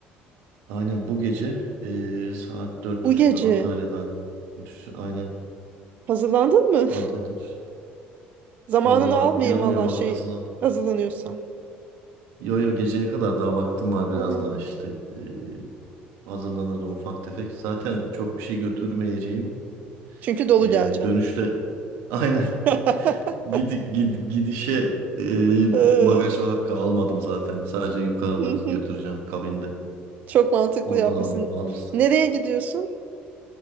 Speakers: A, on the right; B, on the right.
A: aynen bu gece eee, saat dört
B: Bu
A: buçukta
B: gece
A: Antalya'dan uçuş. Aynen
B: hazırlandın mı?
A: Antalya'dan uçuş.
B: <laughs> Zamanını
A: Valla
B: almayayım
A: yarım
B: valla
A: yamalak
B: şey
A: hazırlandım.
B: hazırlanıyorsam.
A: Yo yo geceye kadar daha vaktim var biraz
B: Aa,
A: daha işte eee, hazırlanırım ufak tefek. Zaten çok bir şey götürmeyeceğim.
B: çünkü dolu
A: Eee,
B: geleceğim.
A: dönüşte <laughs> aynen
B: <laughs>
A: Gidi, gid- gidişe e,
B: Ee,
A: bagaj hakkı almadım zaten. Sadece yukarıda
B: hı
A: götüreceğim
B: hı.
A: kabinde.
B: Çok mantıklı
A: Oradan
B: yapmışsın.
A: al, alırız.
B: Nereye gidiyorsun?